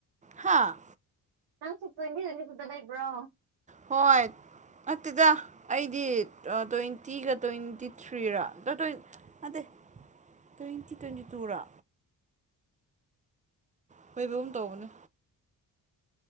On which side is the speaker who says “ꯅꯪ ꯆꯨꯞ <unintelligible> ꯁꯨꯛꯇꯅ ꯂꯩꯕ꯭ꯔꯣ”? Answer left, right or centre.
Right